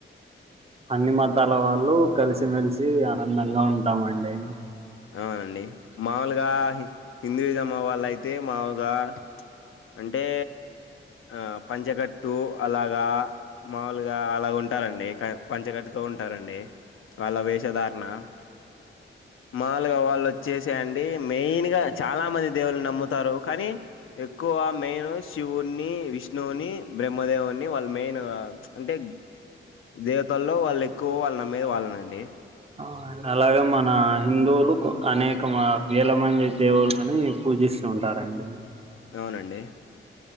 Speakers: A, on the right (about 30°); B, on the left (about 75°).
A: అన్ని మతాల వాళ్ళు కలిసిమెలిసి ఆనందంగా ఉంటామండి
B: అవునండి మావూలుగా హిందుయిజం వాళ్ళయితే మావులుగా అంటే ఆ పంచకట్టు అలాగా మావూలుగా అలా ఉంటారండి క పంచగట్తో ఉంటారండి వాళ్ళ వేషధారణ మావులుగా వాళ్ళోచ్చేసేయండి మెయిన్ గా చాలా మంది దేవుళ్ళు నమ్ముతారు కానీ ఎక్కువ మెయిను శివు న్నీ విష్ణువుని బ్రహ్మదేవున్ని వాళ్ మెయిన్ అ అంటే దేవతల్లో వాళ్ళేక్కువ్ వాళ్ళ నమ్మేది వాళ్ళనండి
A: ఆ య్ అలాగ మనా హిందువులు కొ అనేక మ వేల మంది దేవుళ్ళని పూజిస్తుంటార అండి
B: అవునండి